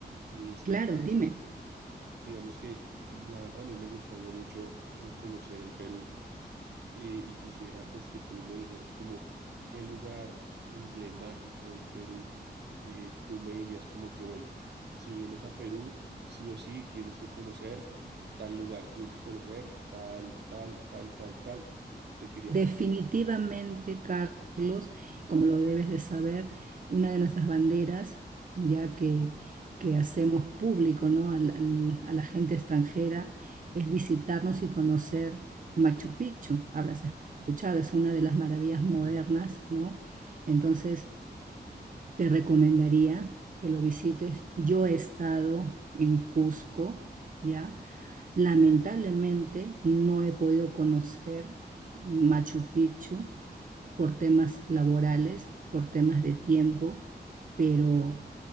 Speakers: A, on the right (about 80°); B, on the right (about 50°).
A: y es
B: Claro,
A: que, pues,
B: dime.
A: digamos que mm, la verdad a mí me gustaría mucho eh, conocer el Perú. eh, y quisiera pues que tú me dijeras como qué lugar emblemático del Perú eh, tú me dirías como que bueno, si vienes a Perú, sí o sí tienes que conocer tal lugar, tienes que conocer tal, tal, tal, tal, tal. Te quería
B: Definitivamente,
A: como...
B: Carlos, como lo debes de saber, una de nuestras banderas, ya que, que hacemos público, ¿no? al- al- a la gente extranjera, es visitarnos y conocer Machu Picchu. Habrás escuchado, es una de las maravillas modernas,
A: Sí,
B: ¿no? Entonces, te recomendaría que lo visites. Yo he estado en Cusco, ¿ya? Lamentablemente, no he podido conocer Machu Picchu por temas laborales, por temas de tiempo, pero